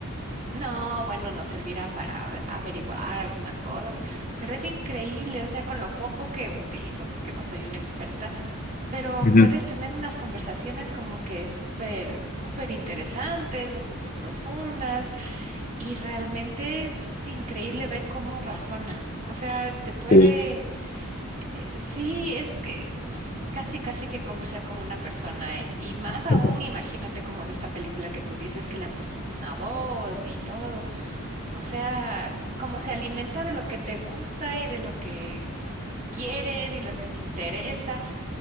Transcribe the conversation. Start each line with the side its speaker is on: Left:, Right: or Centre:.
Right: no, bueno, nos servirá para averiguar algunas cosas, pero es increíble, o sea, con lo poco que utilizo, porque no soy una experta, pero
Left: Ujú,
Right: puedes tener unas conversaciones como que súper, súper interesantes o súper profundas. Y realmente es increíble ver cómo razona. O sea, te puede,
Left: Sí.
Right: eh, sí, es que <sighs> mm, casi, casi que conversar con una persona. eh, Y más aún,
Left: Ujú,
Right: imagínate como en esta película que tú dices que le han puesto una voz y todo. O sea, como se alimenta de lo que te gusta y de lo que quieres y lo que te interesa.